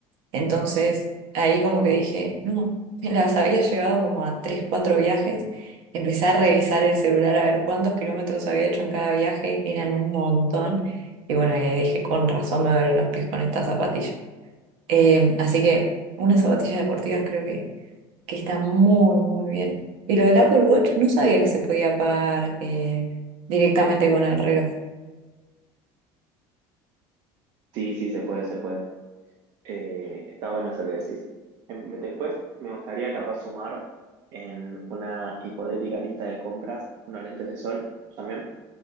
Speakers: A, on the right; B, on the right.
A: Entonces, ahí como que dije, no, <laughs> me las había llevado como a tres, cuatro viajes. Empecé a revisar el celular a ver cuántos kilómetros había hecho en cada viaje, eran un montón. Y bueno, y ahí dije, con razón me duelen los pies con estas zapatillas. Eh, así que unas zapatillas deportivas creo que, que están muy, muy bien. Y lo del Apple Watch, no sabía que se podía pagar eh, directamente con el reloj.
B: Sí, sí, se puede, se puede. Eh, está bueno eso que decís. Em, Después me gustaría capaz sumar en una hipotética lista de compras unos lentes de sol también.